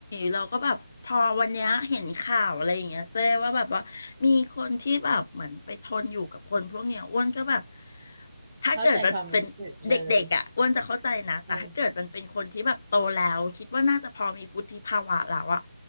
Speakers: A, on the left (about 35°); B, on the right (about 20°).
A: เราก็แบบพอวันเนี้ยเห็นข่าวอะไรอย่างเงี้ยเจ้ว่าแบบว่ามีคนที่แบบเหมือนไปทนอยู่กับคนพวกเนี้ยอ้วนก็แบบถ้าเกิดมันเป็นเด็กๆอ่ะอ้วนจะเข้าใจนะแต่ถ้าเกิดมันเป็นคนที่แบบโตแล้วคิดว่าน่าจะพอมีวุฒิภาวะแล้วอ่ะ
B: เข้าใจความรู้สึกเลยอ่า